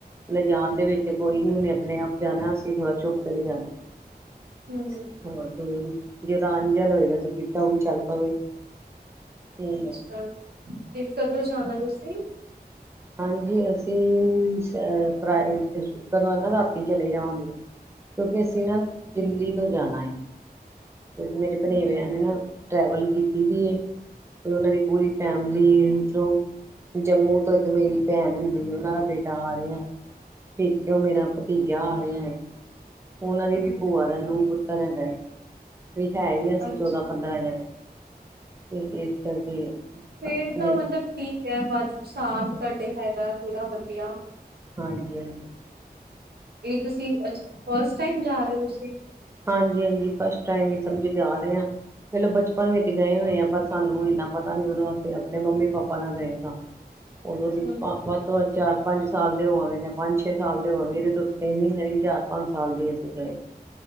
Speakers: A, on the right; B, on the right.
A: ਲਿਜਾਣ ਦੇ ਵਿੱਚ ਕੋਈ ਨਹੀਂ ਉਹਨੇ ਆਪਣੇ ਆਪ ਜਾਣਾ ਅਸੀਂ ਥੋੜ੍ਹਾ ਚੁੱਕ ਕੇ ਲਿਜਾਣਾ।
B: ਹੂੰ,
A: ਹੋਰ ਕੋਈ ਨੀ। ਜਿਹੜਾ ਆਣ ਜਾਣ ਹੋਏਗਾ ਤਾਂ ਕਿ ਪਤਾ ਉਹ ਵੀ ਚੱਲ ਪਵੇ। ਤੇ
B: ਅੱਛਾ, ਤੇ ਕਦੋਂ ਜਾਨਾ ਤੁਸੀਂ?
A: ਹਾਂਜੀ ਅਸੀਂ, ਫਰਾ ਸ਼ੁੱਕਰਵਾਰ ਨਾ ਰਾਤੀ ਚਲੇ ਜਾਵਾਂਗੇ। ਕਿਉਂਕਿ ਅਸੀਂ ਨਾ, ਦਿੱਲੀ ਤੋਂ ਜਾਣਾ ਏਂ। ਕਿਉਕਿ ਮੇਰੇ
B: ਹੂੰ,
A: ਭਨਵੇਂ ਨੇ ਨਾ, ਟਰੈਵਲ ਕੀਤੀ ਦੀ ਏ। ਉਹਨਾਂ ਦੀ ਪੂਰੀ ਫੈਮਿਲੀ ਇਧਰੋਂ, ਜੰਮੂ ਤੋਂ ਇੱਕ ਮੇਰੀ ਭੈਨ ਉਹਨਾਂ ਦਾ ਬੇਟਾ ਆ ਰਿਹਾ, ਪੀਛੋ ਮੇਰਾ ਭਤੀਜਾ ਆ ਰਿਆ ਏ। ਉਹਨਾਂ ਦੀ
B: ਹੂੰ,
A: ਵੀ ਭੂਆ ਦਾ ਨੂੰਹ ਪੁੱਤਰ ਹੈਗਾ ਏ। ਵੀ ਹੈ ਹੀ ਅਸੀਂ,
B: ਅੱਛਾ,
A: ਚੌਦਾਂ ਪੰਦਰਾਂ ਜਨੇ, ਤੇ ਇਸ ਕਰਕੇ
B: ਫਿਰ
A: ਹਾਂਜੀ
B: ਤਾਂ ਮਤਲਬ ਠੀਕ ਐ, ਸਾਥ ਤੁਹਾਡੇ ਹੈਗਾ ਪੂਰਾ ਵਧੀਆ।
A: ਹਾਂਜੀ ਹਾਂਜੀ।
B: ਇਹ ਤੁਸੀਂ ਅ ਫਸਟ ਟਾਈਮ ਜਾ ਰਹੇ ਹੋ ਤੁਸੀਂ?
A: ਹਾਂਜੀ-ਹਾਂਜੀ, ਫਸਟ ਟਾਈਮ ਹੀ ਸਮਝੀ ਜਾ ਰਹੇ ਆਂ। ਚਲੋ ਬਚਪਨ ਵਿੱਚ ਗਏ ਹੋਏ ਆਂ, ਪਰ ਸਾਨੂੰ ਇੰਨਾ ਪਤਾ ਨੀ, ਉਦੋਂ ਅਸੀ ਆਪਣੇ ਮੰਮੀ ਪਾਪਾ ਨਾਲ ਗਏ ਸਾਂ। ਉਦੋਂ ਅਸੀਂ
B: ਹੂੰ,
A: ਵੱਧ ਤੋਂ ਵੱਧ ਚਾਰ ਪੰਜ ਸਾਲ ਹੋ ਜਾਂ ਪੰਜ ਛੇ ਸਾਲ ਦੇ ਹੋਨਗੇ, ਇਹਦੇ ਤੇ ਉੱਥੇ ਹੀ ਨੀ ਹੈ, ਵੀ ਚਾਰ ਪੰਜ ਸਾਲ ਦੀ ਅਸੀਂ ਗਏ